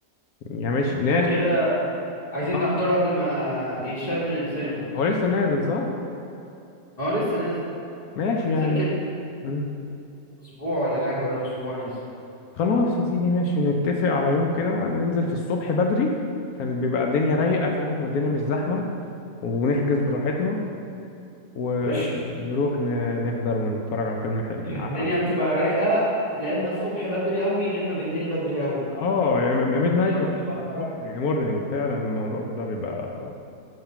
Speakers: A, on the left (about 70°); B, on the left (about 25°).
A: يعني ماشي ناشي
B: لو كده عايزين
A: اه
B: نحضره قبل ما يتشال من السينما
A: هو لسه نازل صح
B: هو لسه نازل
A: ماشي يعني
B: سكة
A: مم.
B: اسبوع ولا حاجة بقاله اسبوع نازل
A: خلاص يا سيدي ماشي نتفق على يوم كده ننزل في الصبح بدري عشان بيبقى الدنيا رايقة
B: مم.
A: فاهم والدنيا مش زحمة ونحجز براحتنا ونروح
B: قشطة
A: ن- نحضر ونتفرج على فيلم حلو
B: يعني الدنيا
A: على
B: بتبقى رايقة لما الصبح بدري قوي لما بالليل بدري قوي
A: اه يا ميد
B: بالليل
A: نايت يا
B: قصدي متأخر
A: الصبح،
B: أوي
A: يا مورنينج فعلا الموضوع ده بيبقى